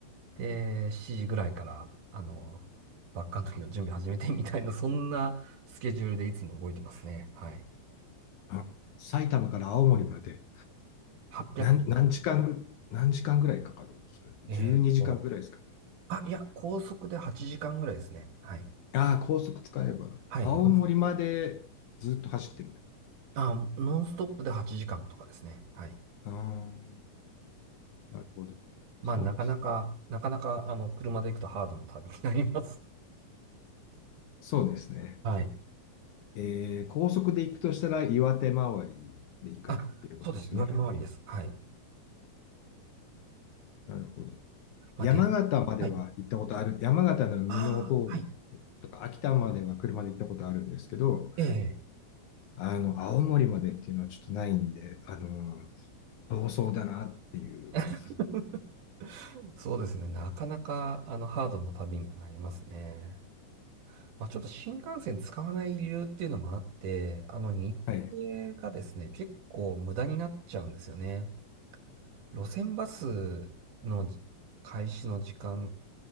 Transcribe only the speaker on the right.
で、7時ぐらいから、あの、バックカントリーの準備始めてみたいな、<laughs> そんなスケジュールでいつも動いてますね。はい。
800キロ。
えーっと、
あ、いや、高速で8時間ぐらいですね。はい。
はい。
ノンあ、ノンストップで8時間とかですね。はい。
まあ、
なかなか、なかなか、あの、車で行くとハードの旅になります。
はい。
あ、そうです。岩手回りです。はい。
まあ、
で、はい。
ああ、はい。
ええ
<laughs> そうですね。なかなか、あの、ハードな旅にはなりますね。まあ、ちょっと新幹線使わない理由っていうのもあって、あの、日程がですね、
結構無駄になっちゃうんですよね。路線バスのじ開始の時間、